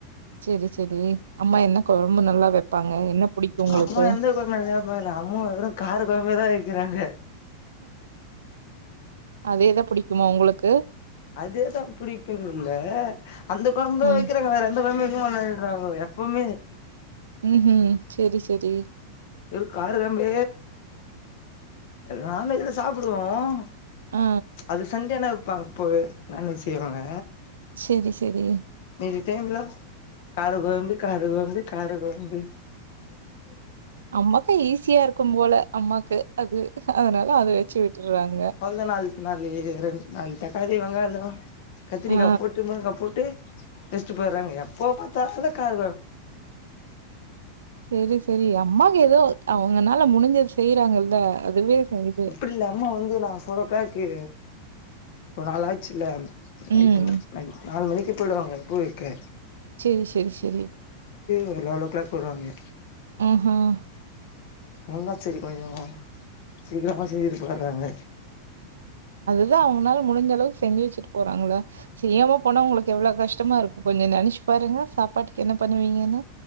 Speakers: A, on the right (about 65°); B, on the left (about 50°).
A: சரி சரி அம்மா என்ன கொழம்பு நல்லா வெப்பாங்க என்ன புடிக்கு உங்களுக்கு
B: அம்மா எந்த கோயம போறாங்க அம்மா காரு பொரும்மயாதான் இருக்கிறாங்க
A: அதேதா புடிக்குமா உங்களுக்கு
B: அதேதா பிடிக்குறதுல்ல அந்த குழம்பு தான்
A: ம்
B: வைக்கிறாங்க வேற எந்த குழம்பு ளாடுறா எப்பவுமே
A: உம் உம் சரி சரி
B: கரு கழம்ப நான்வெஜ்ல சாப்பிடுவோம்
A: ஆ
B: அது சண்டேன அப்பப்போ நான் வெஜ் செய்வாங்க
A: செரி செரி
B: எதுட்டல கார கோயம்பு கார கோயம்பு கார கோயம்பு
A: அம்மாக்கு ஈஸியா இருக்கும் போல அம்மாக்கு அது அதனால அத வச்சு விட்டுறாங்க
B: சொ <unintelligible> <unintelligible> கத்திரிக்காய்
A: ஆ
B: போட்டு முருங்கா போட்டு ஸ்ட போடுறாங்க எப்போ பாத்தா கார
A: செரி செரி அம்மாக்கு ஏதோ அவங்கனால முடிஞ்ச செய்றாங்கள அதுவே இது
B: அப்படி இல்ல அம்மா வந்து நான் சொல்றக்கக்கு ரொம்ப நால ஆச்ல்ல <unintelligible>
A: ம்
B: கூப்பிடுவாங்க பூவிக்கு
A: செரி செரி செரி
B: ஒரு லவ்லோ கிளாக் வருவாங்க
A: ஆஹா
B: ச <inaudible> என்தான் சரி கொஞ்சோ சீக்கிரமா செய்ஞ்சட்டு போய்டுறாங்க
A: அவங்களால முடிஞ்ச அளவு செஞ்சு வச்சுட்டு போறாங்கள செய்யமா போனா உங்களுக்கு எவ்வளவு கஷ்டமா இருக்கும் கொஞ்சோ நெனைச்சு பாருங்க சாப்பாட்டுக்கு என்ன பண்ணுவீங்கன்னு